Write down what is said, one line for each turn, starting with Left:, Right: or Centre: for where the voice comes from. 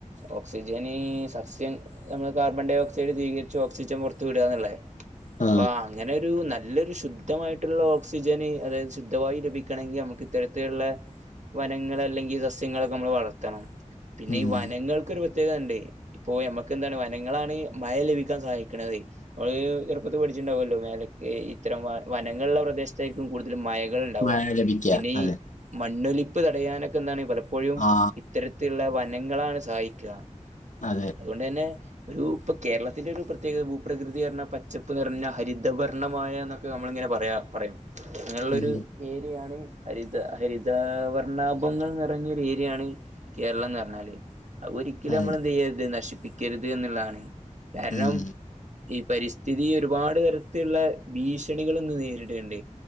Right: ഓക്സിജനി സസ്യം നമ്മളെ കാർബൺ ഡയോക്സൈഡ് സ്വീകരിച്ച് ഓക്സിജൻ പുറത്തു വിടാന്ന്ള്ളെ
Left: ആ
Right: അപ്പൊ അങ്ങനെരു നല്ലൊരു ശുദ്ധമായിട്ടുള്ള ഓക് സിജന് അതായത് ശുദ്ധവായു ലഭിക്കണമെങ്കി നമുക്ക് ഇത്തരത്തിലുള്ള വനങ്ങൾ അല്ലെങ്കിൽ സസ്യങ്ങളൊക്കമ്മള് വളർത്തണം പിന്നെ
Left: ഉം.
Right: ഈ വനങ്ങൾക്ക് രു പ്രത്യേകതണ്ട് ഇപ്പോ ഞമ്മക്കെന്താണ് വനങ്ങളാണ് മഴ ലഭിക്കാൻ സഹായിക്കണത് അഹ് ചെറുപ്പത്ത് പഠിച്ചിുണ്ടാവുമല്ലോ മേലക് ഇത്തരം വ വനങ്ങൾള്ള പ്രദേശ ത്തായിരിക്കും കൂടുതലും മയകള്ണ്ടാവുക.
Left: മഴ ലഭിക്കുക
Right: പിന്നെ
Left: അതെ
Right: ഈ മണ്ണൊലിപ്പ് തടയാനൊക്കെന്താണ് പല പ്പോഴും
Left: ആ
Right: ഇത്തരത്തിലുള്ള വനങ്ങളാണ് സഹായിക്കാ
Left: അതെ
Right: അതുകൊണ്ട് തന്നെ ഒരു പ്പൊ കേരളത്തിന്റെ ഒരു പ്രത്യേകത ഭൂപ്രകൃതിർഞ്ഞ പച്ചപ്പ് നിറഞ്ഞ ഹരിതവർണമായ നമ്മളിങ്ങനെ പറയാ പറയും അങ്ങനെള്ളൊരു
Left: ഉം.
Right: ഏരിയാണ് ഹരിത ഹരിത വർണ്ണാഭങ്ങൾ നിറഞ്ഞൊരു ഏരിയാണ് കേരളം ന്ന് പർഞ്ഞാല് അഹ് ഒരിക്കലും
Left: അതെ
Right: നമ്മളെന്തെയ്യര്ത് നശിപ്പിക്കര്ത് എന്നുള്ളതാണ് കാരണം
Left: ഉം.
Right: ഈ പരിസ്ഥിതി ഒരുപാട് തരത്തിലുള്ള ഭീഷണികൾ ഇന്ന് നേരിട്ണ്ട്